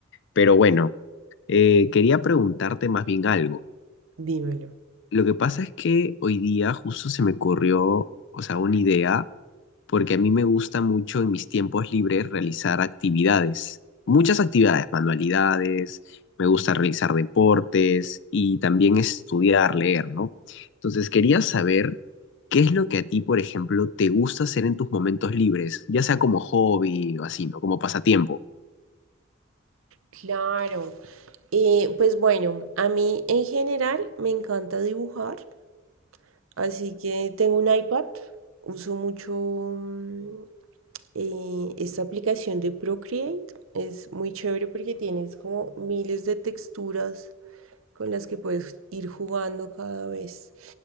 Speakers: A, on the left; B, on the right.
A: Pero bueno, eh, quería preguntarte más bien algo.
B: Dímelo.
A: Lo que pasa es que hoy día justo se me ocurrió, o sea, una idea, porque a mí me gusta mucho en mis tiempos libres realizar actividades, muchas actividades, manualidades, me gusta realizar deportes y también estudiar, leer, ¿no? Entonces quería saber qué es lo que a ti, por ejemplo, te gusta hacer en tus momentos libres, ya sea como hobby o así, ¿no? Como pasatiempo.
B: Claro. Eh, pues bueno, a mí en general me encanta dibujar. Así que tengo un iPad, uso mucho mm, eh, esta aplicación de Procreate. Es muy chévere porque tienes como miles de texturas con las que puedes ir jugando cada vez.